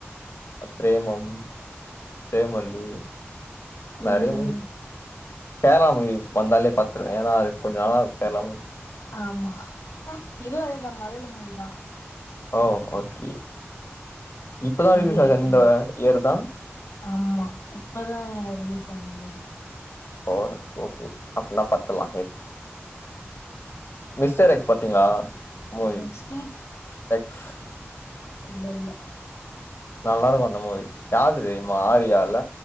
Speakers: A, on the left; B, on the left.
A: பிரேமம் பிரேமல்லூ
B: ம்
A: நெறைய மூவி கேரளாமூவி வந்தாலே பாத் வேனா அதுக் கொஞ்ச நாளா கேரளாவு
B: ஆமா இதும் அதேதான் மலையாள மூவிதான்
A: ஓ ஓகே இப்பதா
B: அது
A: ரிலீஸ்
B: ரென்டுயுனா
A: ஆச்சு இந்த இயர் தா
B: ஆமா இப்பதா ரிலீஸ்ஸான மூவி
A: ஓ ஓகே அப்னா பாத்தறலாம் மிஸ்டர் எக்ஸ் பாத்தீங்களா மூவி
B: நெக்ஸ்ட்
A: எக்ஸ்
B: இல்லே இல்லெ
A: நல்லாருக்கும் அந்த மூவி யார்து தெரியும்மா ஆரியாஇல்லெ